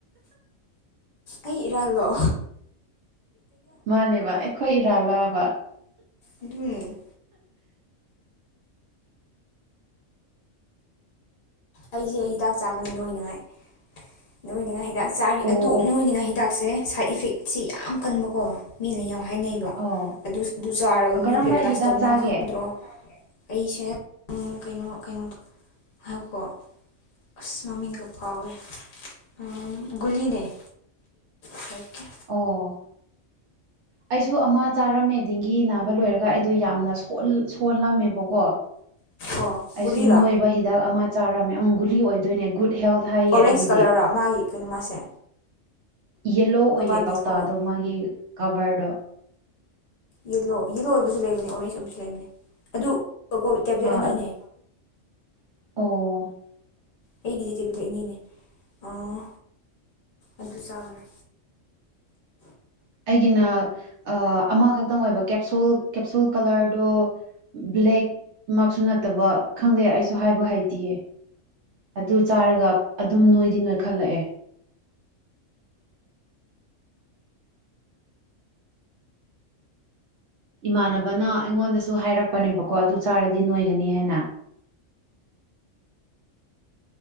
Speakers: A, on the left; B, on the right.
A: ꯑꯩ ꯏꯔꯥꯜꯂꯣ
B: ꯃꯥꯅꯦꯕ ꯑꯩꯈꯣꯏ ꯏꯔꯥꯜꯂꯥꯑꯕ
A: ꯑꯗꯨꯅꯦ ꯑꯩꯁꯦ ꯍꯤꯗꯥꯛ ꯆꯥꯕꯅꯦ ꯅꯣꯏꯅꯉꯥꯏ ꯅꯣꯏꯅꯉꯥꯏ ꯍꯥꯏ ꯍꯤꯗꯥꯛ ꯆꯥꯔꯤ
B: ꯑꯣ
A: ꯑꯗꯨ ꯅꯣꯏꯅꯤꯅ ꯍꯤꯗꯥꯛꯁꯦ ꯁꯥꯏꯠ ꯏꯐꯦꯛꯁꯤ ꯌꯥꯝ ꯀꯟꯕꯀꯣ ꯃꯤꯅ ꯍꯥꯏꯅꯩꯕ
B: ꯑꯣ
A: ꯑꯗꯨ ꯑꯗꯨ ꯆꯥꯔꯒ
B: ꯑꯣ ꯀꯔꯝꯕ
A: ꯃꯤ ꯄꯦꯔꯗꯥꯥꯏꯁ
B: ꯍꯤꯗꯥꯛ
A: ꯇꯧꯋꯦ
B: ꯆꯥꯒꯦ
A: ꯅꯪ ꯈꯪꯗ꯭ꯔꯣ ꯑꯩꯁꯦ ꯀꯩꯅꯣ ꯀꯩꯅꯣꯗꯣ ꯍꯥꯏꯀꯣ ꯑꯁ ꯃꯃꯤꯡꯒꯥ ꯀꯥꯎꯋꯦ ꯑꯥ ꯒꯨꯂꯤꯅꯦꯑꯩ ꯍꯥꯏꯔꯛꯀꯦ
B: ꯑꯣ ꯑꯩꯁꯨ ꯑꯃ ꯆꯥꯔꯝꯃꯦ ꯗꯦꯡꯒꯤ ꯅꯥꯕ ꯂꯣꯏꯔꯒ ꯑꯩꯗꯣ ꯌꯥꯝꯅ ꯁꯣꯟ ꯁꯣꯜꯂꯝꯃꯦꯕꯀꯣ
A: ꯑꯣ
B: ꯑꯩꯁꯨ
A: ꯒꯨꯂꯤꯔꯥ
B: ꯅꯣꯏꯕ ꯍꯤꯗꯥꯛ ꯑꯃ ꯆꯥꯔꯝꯃꯦ ꯑꯪ ꯒꯨꯂꯤ ꯑꯣꯏꯗꯣꯏꯅꯦ ꯒꯨꯗ ꯍꯦꯜꯠ ꯍꯥꯏꯌꯦ
A: ꯑꯣꯔꯦꯟꯖ
B: ꯑꯩꯒꯤꯗꯤ
A: ꯀꯂꯔ ꯃꯥꯒꯤ ꯀꯩꯅꯣ ꯃꯥꯁꯦ
B: ꯌꯦꯂꯣ ꯑꯣꯏꯌꯦ
A: ꯃꯄꯥꯟꯒꯤ
B: ꯀꯧꯇꯥꯗꯣ
A: ꯀꯣꯕꯔ
B: ꯃꯥꯒꯤ ꯀꯕꯔꯗꯣ
A: ꯌꯦꯂꯣ ꯌꯦꯂꯣ ꯑꯣꯏꯕꯁꯨ ꯂꯩꯕꯅꯦ ꯑꯣꯔꯦꯟꯖ ꯑꯣꯏꯕꯁꯨ ꯂꯩꯕꯅꯦ ꯑꯗꯨ ꯀꯣ ꯇꯦꯕꯂꯦꯠ
B: ꯑꯥ
A: ꯑꯅꯤꯅꯦ
B: ꯑꯣ
A: ꯑꯩꯒꯤꯗꯤ ꯇꯦꯕꯂꯦꯠ ꯑꯅꯤꯅꯦ ꯑꯥ ꯑꯗꯨ ꯆꯥꯕꯅꯦ
B: <inaudible> ꯑꯩꯒꯤꯅ ꯑꯥ ꯑꯃꯈꯛꯇꯪ ꯑꯣꯏꯕ ꯀꯦꯞꯁꯨꯜ ꯀꯦꯞꯁꯨꯜ ꯀꯂꯔꯗꯣ ꯕꯂꯦꯛꯃꯛꯁꯨ ꯅꯠꯇꯕ ꯈꯪꯗꯦ ꯑꯩꯁꯨ ꯍꯥꯏꯕ ꯍꯩꯇꯤꯌꯦ ꯑꯗꯨ ꯆꯥꯔꯒ ꯑꯗꯨꯝ ꯅꯣꯏꯗꯤ ꯅꯣꯏ ꯈꯠꯂꯛꯑꯦ ꯏꯃꯥꯟꯅꯕꯅ ꯑꯩꯉꯣꯟꯗꯁꯨ ꯍꯥꯏꯔꯛꯄꯅꯦꯕꯀꯣ ꯑꯗꯨ ꯆꯥꯔꯗꯤ ꯅꯣꯏꯒꯅꯤ ꯍꯥꯏꯅ <inaudible>